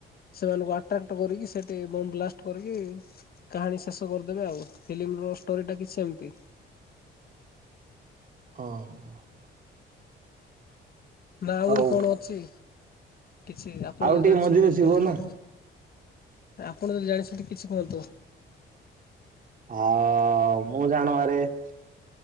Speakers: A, on the left; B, on the right.
A: ସେମାନଙ୍କୁ ଆଟାକ୍ କରିକି ସେଠି ବମ୍ ବ୍ଲାଷ୍ଟ କରିକି କାହାଣୀ ଶେଷ କରିଦେବେ ଆଉ। ଫିଲ୍ମର ଷ୍ଟୋରିଟା କିଛି ସେମିତି।
B: ହଁ।
A: ମାହୁରି
B: ଆଉ
A: କଣ ଅଛି। କିଛି ଆପଣ
B: ଆଉ
A: ଯଦି
B: ଟିକେ
A: ଜାଣିଛନ୍ତି
B: ମଝିରେ
A: ବୋଲି
B: ଥିବ
A: କୁହନ୍ତି
B: ନା
A: ଆପଣ ଯଦି ଜାଣିଛନ୍ତିଛନ୍ତି କିଛି କୁହନ୍ତୁ।
B: ଆ ମୁଁ ଜାଣିବାରେରେ।